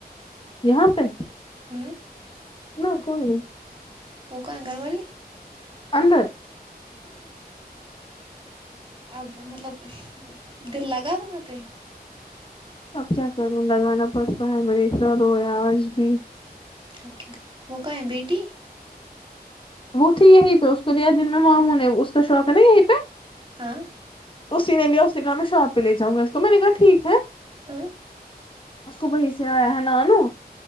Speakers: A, on the left (about 30°); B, on the right (about 30°).
A: یہاں پہ
B: امم
A: نہ کوئی نہیں
B: وہ کا گھر والے
A: اندر
B: اب مطلب دل لگا تھا وہاں پہ
A: تب جاکر وہ لگانا پڑتا ہے میں نے اتنا رویا آج بھی
B: اوکے وہ کا ہے بیٹی
A: وہ تھی یہیں پہ اس کو لیا جن میں ماموں نے اس کا شاپ ہے نا یہیں پہ
B: ہاں
A: اسی نے لیا اس نے کہا میں شاپ پہ لے جاؤں گا اس کو میں نے کہا ٹھیک ہے
B: ہوں
A: اس کو وہی سے آیا ہے نالو